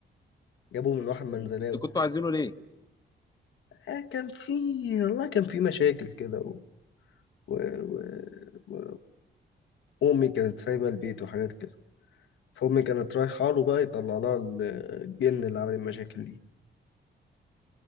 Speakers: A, on the left; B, on the left.
A: جابه من واحد منزلاوي
B: طب انتوا كنتوا عايزينه ليه؟
A: آه كان في والله كان في مشاكل كده و... و... و... و... و... امي كانت سايبة البيت وحاجات كده فامي كانت رايحة له بقى يطلع لها ال- الجن اللي عمل المشاكل دي